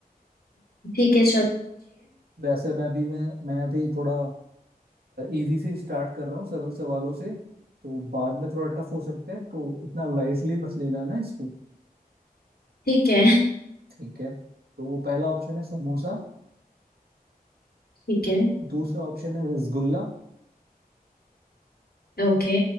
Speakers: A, on the left; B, on the right.
A: ठीक है
B: वैसे मैं भी मैं मैं अभी थोड़ा इजी से स्टार्ट कर रहा हूँ सरल सवालों से तो बाद में थोड़ा टफ हो सकते हैं तो इतना लाइटली मत लेना ना इसको
A: ठीक है
B: ठीक है तो पहला ऑप्शन है समोसा
A: ठीक है
B: दूसरा ऑप्शन है रसगुल्ला
A: ओके